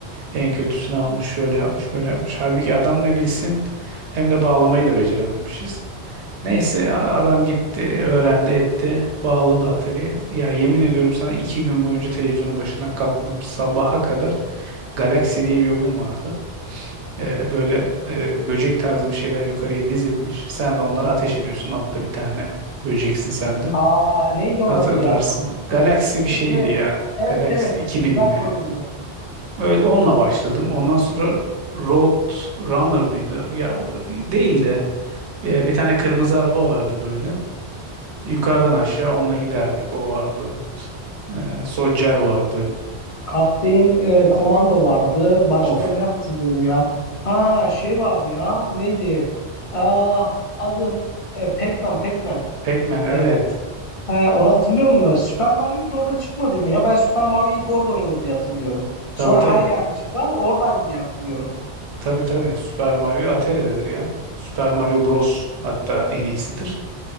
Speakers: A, on the right; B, on the left.
A: En kötüsünü almış şöyle yapmış böyle yapmış. Halbuki adam ne bilsin hem de bağlamayı da becerememişiz. Neyse a- adam gitti öğrendi etti bağladı Atari'ye. Ya yemin ediyorum sana iki gün boyunca televizyonun başından kalkmadım. Sabaha kadar Galaxy diye bir oyun vardı. E, böyle e, böcek tarzı bir şeyler yukarıya dizilmiş. Sen de onları ateş ediyorsun. Altta bir tane böceksin sen de.
B: Aa neydi
A: Hatırlarsın.
B: onun adı ya?
A: Galaxy bir
B: Evet
A: şeydi
B: evet.
A: ya.
B: Evet
A: Galaxy
B: evet.
A: 2000
B: Güzel
A: mi?
B: bir oyundu.
A: Öyle onunla başladım. Ondan sonra Road Runner mıydı? Ya o değil de e, bir tane kırmızı araba vardı böyle. Yukarıdan aşağı onunla giderdik. O vardı. E, Sodger vardı.
B: Kaptein e, Komando vardı. Başka
A: Of.
B: ne hatırlıyorum ya? Ha şey vardı ya. Neydi? Aa adı e, Pac-Man Pac-Man.
A: Pac-Man evet.
B: E, ha, onu hatırlıyor musun? Super Mario bile orada çıkmadı mı ya? Ben Super Mario'yu ilk orada oynadım diye hatırlıyorum. Sonra
A: Tabii tabii.
B: her yerde çıktı ama oradaydı diye hatırlıyorum.
A: Tabii tabii. Super Mario Atere'dedir ya. Super Mario Bros. hatta en iyisidir.